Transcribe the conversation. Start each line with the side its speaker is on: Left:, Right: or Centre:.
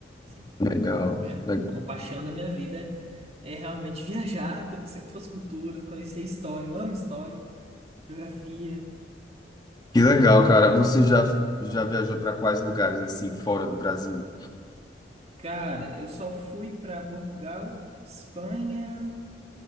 Right: Sim.
Left: Legal.
Right: É,
Left: le-
Right: uma paixão da minha vida é realmente <laughs> viajar, conhecer outras culturas, conhecer história. Eu amo história, geografia.
Left: Que legal, cara. Você já, já viajou para quais lugares, assim, fora do Brasil?
Right: Cara, eu só fui para Portugal, Espanha,